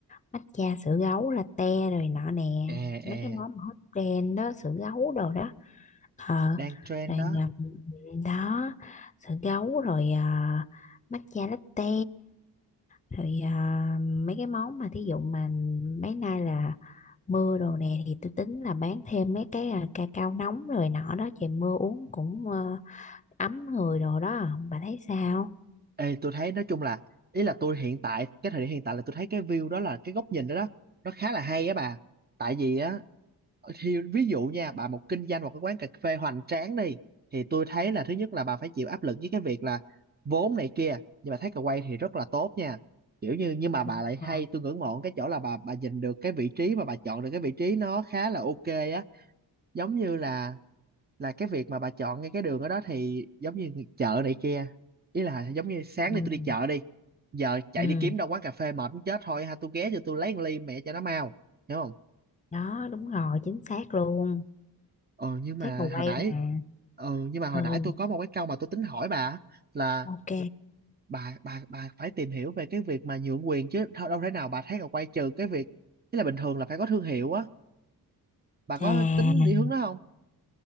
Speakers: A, on the left (about 20°); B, on the right (about 25°).
A: matcha sữa gấu latte rồi nọ nè
B: à à
A: mấy cái món mà hot trend đó sữa gấu đồ đó ờ
B: đang trend
A: rồi
B: đó
A: à, đó sữa gấu rồi à, matcha latte rồi à, mấy cái món mà thí dụ mà mấy nay là mưa đồ nè thì tôi tính là bán thêm mấy cái à, ca cao nóng rồi nọ đó trời mưa uống cũng à, ấm người đồ đó bà thấy sao
B: ê tôi thấy nói chung là ý là tôi hiện tại cái thời điểm hiện tại là tôi thấy cái view đó là cái góc nhìn đó đó nó khá là hay á bà tại vì á Ờ, thì ví dụ nha bà một kinh doanh một cái quán cà phê hoành tráng đi thì tôi thấy là thứ nhất là bà phải chịu áp lực với cái việc là vốn này kia nhưng mà thấy cà quay thì rất là tốt nha kiểu như nhưng mà bà
A: đúng
B: lại
A: rồi
B: hay tôi ngưỡng mộ cái chỗ là bà bà nhìn được cái vị trí mà bà chọn được cái vị trí nó khá là ok á giống như là là cái việc mà bà chọn ngay cái đường ở đó thì giống như chợ này kia ý là giống như sáng
A: ừ.
B: đi tôi đi chợ đi giờ chạy
A: ừ
B: đi kiếm đâu quán cà phê mệt muốn chết thôi ha tôi ghé cho tôi lấy một ly mẹ cho nó mau hiểu
A: đó đúng rồi chính xác luôn
B: ờ nhưng mà
A: xác mà quay
B: hồi nãy
A: mà
B: ừ nhưng mà hồi
A: ừ
B: nãy tôi có một cái câu mà tôi tính hỏi bà á, là
A: ok
B: bà bà bà phải tìm hiểu về cái việc mà nhượng quyền chứ đâu, đâu thể nào bà thấy là quay trừ cái việc tức là bình thường là phải có thương hiệu á bà có
A: à
B: tính đi hướng đó không